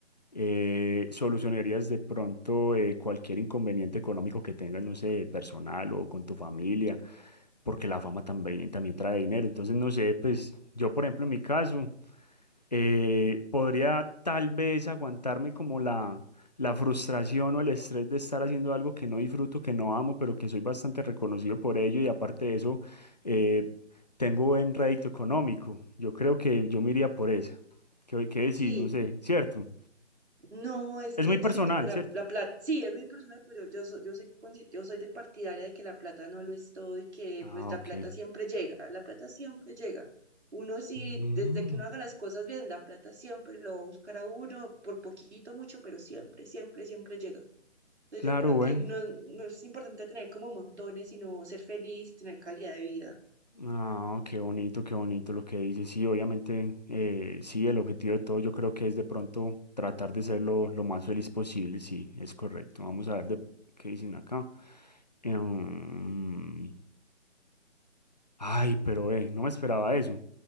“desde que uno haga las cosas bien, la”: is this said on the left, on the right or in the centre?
Right